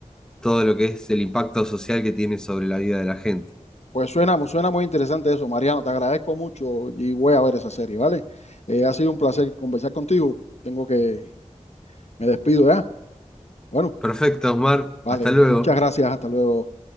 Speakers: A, in the centre; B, on the left.
A: todo lo que es el impacto social que tiene sobre la vida de la gente.
B: Pues suena, mu- suena muy interesante eso, Mariano. Te agradezco mucho y voy a ver esa serie, ¿vale? Eh, ha sido un placer conversar contigo. Tengo que, me despido ya. Bueno,
A: Perfecto, Osmar,
B: vale,
A: hasta luego.
B: muchas gracias. Hasta luego.